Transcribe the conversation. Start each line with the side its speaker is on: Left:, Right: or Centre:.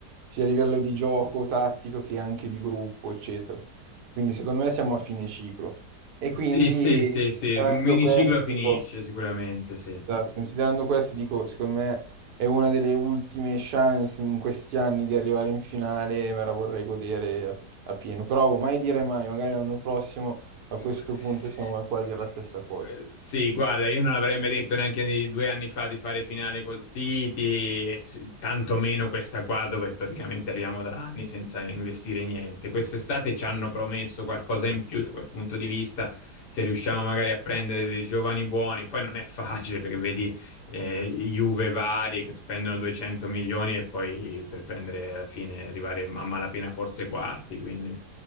Right: sia a livello di gioco tattico che anche di gruppo, eccetera. Quindi secondo me siamo a fine ciclo. E
Left: Sì,
Right: quindi,
Left: sì, sì, sì,
Right: considerando
Left: un miniciclo
Right: questo,
Left: finisce
Right: dico,
Left: sicuramente, sì.
Right: esatto, considerando questo, dico, secondo me è una delle ultime chance in questi anni di arrivare in finale e me la vorrei godere a, a pieno. Però oh, mai dire mai, magari l'anno prossimo a
Left: Mm,
Right: questo
Left: eh,
Right: punto siamo qua a dire la stessa cosa.
Left: mm, Sì, guarda, io non avrei mai detto neanche nei- due anni fa di fare finale col City, e s- tantomeno questa qua dove praticamente arriviamo da anni senza investire niente. Quest'estate ci hanno promesso qualcosa in più da quel punto di vista, se riusciamo magari a prendere dei giovani buoni, poi non è facile perché vedi eh, Juve vari che spendono 200 milioni e poi per prendere alla fine arrivare a malapena forse quarti, quindi...